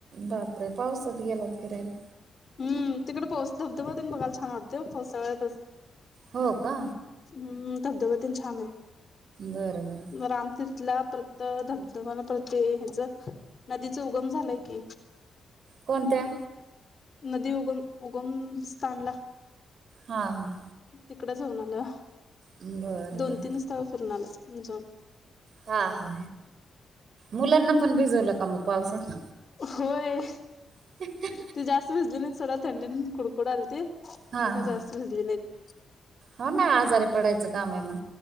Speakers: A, on the right; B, on the left.
A: बापरे! पावसात गेलात फिरायला.
B: हम्म, तिकडं पाऊस धबधबा तेन बघायला छान वाटतंय हो पावसाळ्यातच.
A: हो का?
B: हम्म धबधबा तेन छान आहे.
A: बरं बरं.
B: रामतीर्थला प्रत धबधबा प्रत्येक ह्याच नदीच उगम झालाय की.
A: कोणत्या?
B: नदी उगम उगमस्थानला.
A: हा हा
B: तिकडं जाऊन आलं
A: बरं
B: दोन,
A: बरं.
B: तीन स्थळ फिरून आलं जाऊन.
A: हा हा मुलांना पण भिजवलं का? मग पावसात.
B: होय.
A: <unintelligible>
B: ती जास्त भिजली नाहीत सोडा थंडीन कुडकुडाल ते.
A: हा
B: काय
A: हा
B: जास्त भिजली नाहीत
A: हो ना आजारी पडायचं काम आहे मग.